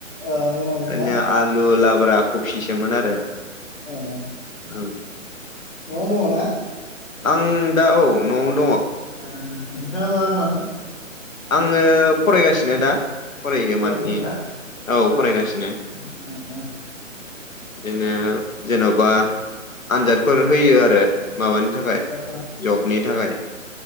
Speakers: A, on the left; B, on the left.
A: ओ मिरामिस
B: जोंनिया
A: ना
B: आलु लाब्रा कफिसोमोन आरो।
A: ओ
B: ओं
A: न'आवनो दङ' ना।
B: आं दा औ न'आव
A: आ नोंथाङा मा खालामो।
B: आंङो फरायगासिनो दा। फरायो
A: फरागासिनो
B: माने
A: दंना
B: औ फरायगासिनो
A: ओ ओ ओ ओ।
B: बिदिनो जेन'बा। आनजादफोर होयो आरो माबानि थाखाय
A: ओ
B: जबनि थाखाय।